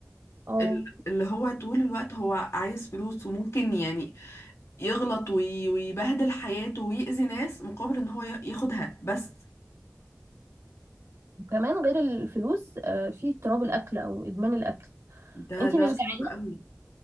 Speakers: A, on the right; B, on the left.
A: اه
B: ال- اللي هو طول الوقت هو عايز فلوس وممكن يعني يغلط وي- ويبهدل حياته ويأذي ناس مقابل ان هو ي- ياخدها بس
A: وكمان غير الفلوس آه، في اضطراب الاكل او ادمان الاكل
B: ده
A: انت مش
B: ده
A: جعانه
B: صعب قوي